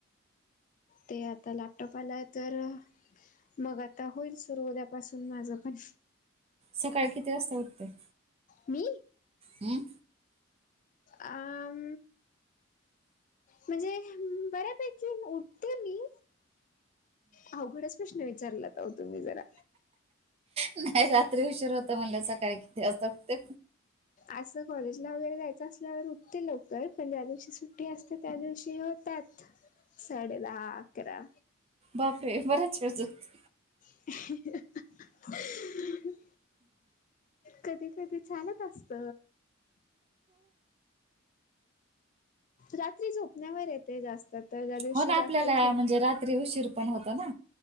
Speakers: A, on the left (about 40°); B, on the right (about 30°).
A: ते आता लॅपटॉप आला आहे तर मग आता होईल सुरु उदयापासून माझं पण.
B: सकाळी किती वाजता उठते?
A: मी?
B: हम्
A: आम म्हणजे बऱ्यापैकी उठते मी. अवघडच प्रश्न विचारलात तुम्ही जरा.
B: नाही रात्री उशीर होतो म्हणल्यावर सकाळी किती वाजता उडतोय.
A: असं कॉलेजला वगैरे जायचं असल्यावर उठते लवकर पण ज्या दिवशी सुट्टी असते त्या दिवशी हो त्यात साडे दहा अकरा
B: बापरे बऱ्याच वेळ झोप
A: ह. <inaudible> कधी कधी चालत असत. रात्री झोपण्यावर आहे ते जास्त तर ज्या दिवशी
B: हो ना
A: जास्त
B: आपल्याला
A: थ
B: म्हणजे रात्री उशीर पण होतो ना.